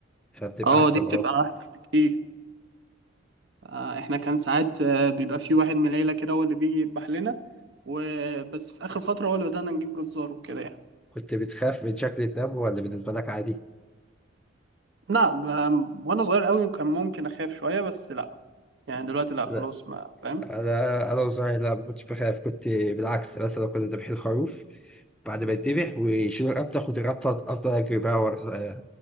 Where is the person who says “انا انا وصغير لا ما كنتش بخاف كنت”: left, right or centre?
Centre